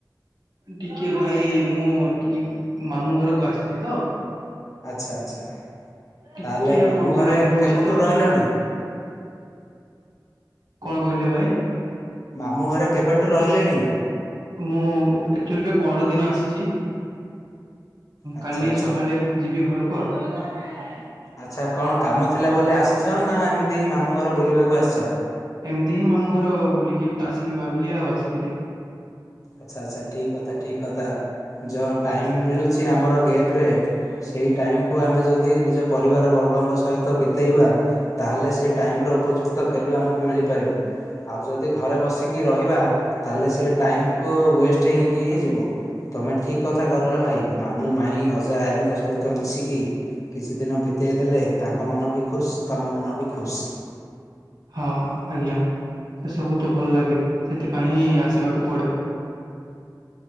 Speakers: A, on the right (about 75°); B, on the left (about 50°).
A: ଟିକେ ଭାଇ ମୁଁ ଟିକେ ମାମୁଁ ଘରକୁ ଆସିଛି ତ।
B: ଆଚ୍ଛା ଆଚ୍ଛା
A: ଟିକେ
B: ତାହେଲେ ମାମୁଁ
A: ପ୍ରୋବ୍ଲେମ
B: ଘରେ
A: ହଉଛି
B: କେବେଠୁ
A: ତ।
B: ରହିଲଣି?
A: କଣ କହିଲେ ଭାଇ?
B: ମାମୁଁ ଘରେ କେବେଠୁ ରହିଲେଣି?
A: ମୁଁ ଆକ୍ଚୁଲି ପହର ଦିନ ଆସିଛି
B: ଆଚ୍ଛା
A: କାଲି
B: ଆଚ୍ଛା।
A: ସକାଳେ ଯିବି ଘରକୁ ଆଉ। <unintelligible>
B: ଆଚ୍ଛା କଣ କାମ ଥିଲା ବୋଲି ଆସିଛ ନା ଏମିତିଁ ମାମୁଁ ଘର ବୁଲିବାକୁ ଆସିଛ?
A: ଏମିତି ହିଁ ମାମୁଁ ଘର ବୁଲିକି ଆସିବି ଭାବିଲି ଆଉ ଆସିଥିଲି।
B: ଆଚ୍ଛା ଆଚ୍ଛା ଠିକ କଥା ଠିକ୍ କଥା ଯଉ ଟାଇମ୍ ମିଳୁଛି ଆମର ଗ୍ୟାପ ରେ ସେଇ ଟାଇମକୁ ଆମେ ଯଦି ନିଜ ପରିବାର ବର୍ଗଙ୍କ ସହିତ ବିତେଇବା ତାହେଲେ ସେ ଟାଇମ୍ର ଉପଯୁକ୍ତ ଭ୍ୟାଲ୍ୟୁ ଆମକୁ ମିଳିପାରିବ। ଆଉ ଯଦି ଘରେ ବସିକି ରହିବା ତାହଲେ ସେ ଟାଇମକୁ ୱେଷ୍ଟ ହେଇକି ହି ଯିବ। ତମେ ଠିକ କଥା କରିଲ ଭାଇ ମାମୁଁ ମାଇଁ ଅଜା ଆଈଙ୍କ ସହିତ ମିଶିକି କିଛି ଦିନ ବିତେଇ ଦେଲେ ତାଙ୍କ ମନ ବି ଖୁସ୍ ତମ ମନ ବି ଖୁସ୍।
A: ହଁ ଆଜ୍ଞା ସେ ସବୁ ତ ଭଲ ଲାଗେ ସେଥିପାଇଁ ହିଁ ଆସିବାକୁ ପଡେ।